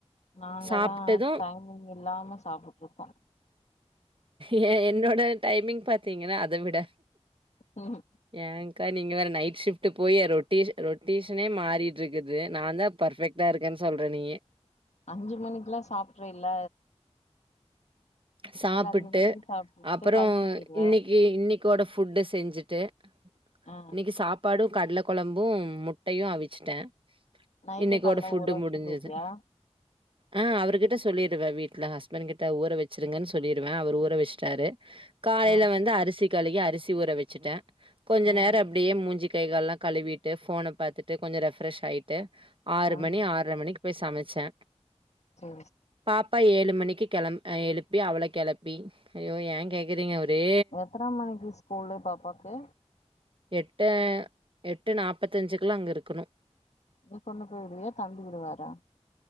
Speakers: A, on the left; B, on the right.
A: நாங்கதா
B: சாப்ட்டது
A: டைமிங் இல்லாம சாப்ட்டுட்ருக்கோ
B: ஏ என்னோட டைமிங் பாத்தீங்கன்னா அத விட
A: ம்
B: ஏன்ங்கா நீங்க வேற நைட் ஷிஃப்ட்டு போய் ரொட்டேஷ் ரொட்டேஷனே மாறிட்ருக்குது நாதா பர்ஃபெக்ட் டா இருக்கன் சொல்றே நீங்க
A: அஞ்சு மணிக்குல்லா சாப்ட்ரில்ல
B: சாப்புட்டு
A: அஞ்சு மணிக்கு சாப்ட்டுட்டு
B: அப்புறோ
A: படுத்து தூங்கிடுவ
B: இன்னிக்கி இன்னிக்கோட ஃபுட்ட செஞ்சுட்டு
A: ஆ
B: இன்னிக்கு சாப்பாடு கட்ல கொலம்பு முட்டையு அவிச்சிட்டே
A: நைட்டே
B: இன்னைக்கோட
A: கால்ல
B: ஃபுட்டு
A: ஊற வச்சுட்டு
B: முடிஞ்சுது
A: போயிட்டியா
B: ஆ அவுருகிட்ட சொல்லிருவே வீட்ல ஹஸ்பண்ட் கிட்ட ஊற வெச்சுருங்கன் சொல்லிருவே அவுரு ஊற வஷ்ட்டாரு காலைல
A: ஆ
B: வந்து அரிசி கலுவி அரிசி ஊற வச்சுட்டே கொஞ்ச
A: ம்
B: நேர அப்டியே மூஞ்சி கைகால்லா கழுவிட்டு ஃபோன பாத்துட்டு கொஞ்ச ரெஃப்ரஷ் ஆயிட்டு ட்டு ஆறு
A: ம்
B: மணி ஆற்ற மணிக்கு போய் சமச்சே
A: ஓ
B: பாப்பா ஏழு மணிக்கி கெளம் ஆ எழுப்பி அவள கெளப்பி ஐயோ ஏ கேக்குறீங்க ஒரே
A: எத்தன மணிக்கு ஸ்கூள்ளு பாப்பாக்கு
B: எட்டே எட்டு நாப்பத்தஞ்சுக்குலா அங்க இருக்கணு
A: நீ கொண்டு போய் உடுவியா தம்பி உடுவாரா